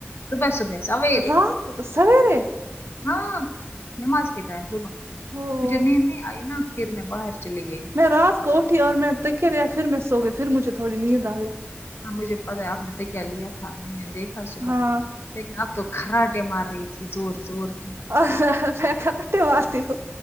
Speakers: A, on the left; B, on the right.
A: صبح صبح سویرے
B: رات سویرے
A: ہاں نماز کے ٹائم صبح
B: او
A: مجھے نیند نہیں آئی نا پھر میں باہر چلی گئی
B: میں رات کو اٹھی اور میں نے تکے لیا پھر میں سوگئی پھر مجھے تھوڑی نیند آ گئی
A: ہاں مجھے پتا ہے آپ نے تکیہ لیا تھا میں نے دیکھا صبح
B: ہاں
A: لیکن اب تو کراٹیں مار رہی تھی زور زور کی
B: میں کٹے مارتی ہوں